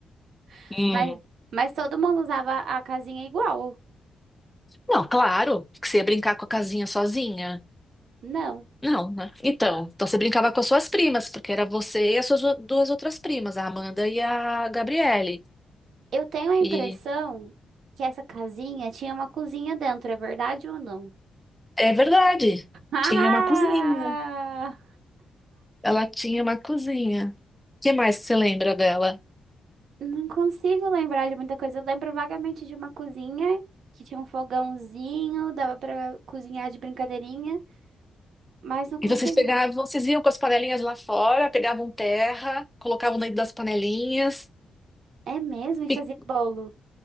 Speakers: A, on the right (about 70°); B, in the centre.
A: <laughs>
B: Hum.
A: mas, mas todo mundo usava a casinha igual.
B: Não, claro, que você ia brincar com a casinha sozinha.
A: Não.
B: Não, né? Então, então você brincava com as suas primas, porque era você e as suas duas outras primas, a Amanda e a Gabriele.
A: Eu tenho a impressão
B: E
A: que essa casinha tinha uma cozinha dentro, é verdade ou não? <laughs>
B: é verdade,
A: Ah!
B: tinha uma cozinha. Ela tinha uma cozinha. O que mais que você lembra dela?
A: Não consigo lembrar de muita coisa. Eu lembro vagamente de uma cozinha que tinha um fogãozinho, dava pra cozinhar de brincadeirinha. Mas não consigo
B: E vocês pegavam, vocês iam com as panelinhas lá fora, pegavam terra, colocavam dentro das panelinhas,
A: É mesmo? E fazia
B: pi-
A: bolo?